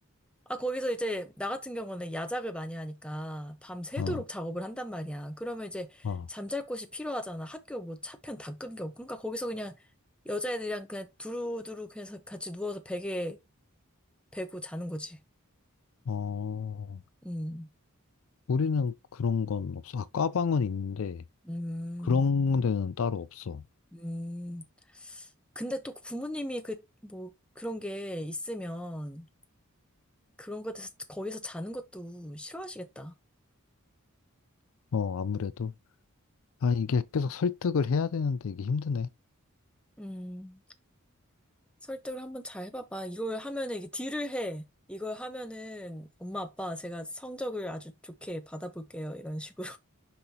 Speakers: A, in the centre; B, on the left (about 65°).
A: 아, 거기서 이제 나 같은 경우는 야작을 많이 하니까 밤새도록
B: 어,
A: 작업을 한단 말이야. 그러면 이제
B: 어,
A: 잠잘 곳이 필요하잖아. 학교 뭐 차편 다 끊겨. 그러니까 거기서 그냥 여자애들이랑 그냥 두루두루 그냥 같이 누워서 베개 베고 자는 거지.
B: 어.
A: 음.
B: 우리는 그런 건 없어. 아, 과방은 있는데
A: 음.
B: 그런 데는 따로 없어.
A: 음. 근데 또 부모님이 그, 뭐, 그런 게 있으면 그런 것에서 거기서 자는 것도 싫어하시겠다.
B: 어, 아무래도. 아, 이게 계속 설득을 해야 되는데 이게 힘드네.
A: 음. 설득을 한번 잘 해봐봐. 이걸 하면은 이게 딜을 해. 이걸 하면은 엄마 아빠 제가 성적을 아주 좋게 받아볼게요. 이런 식으로.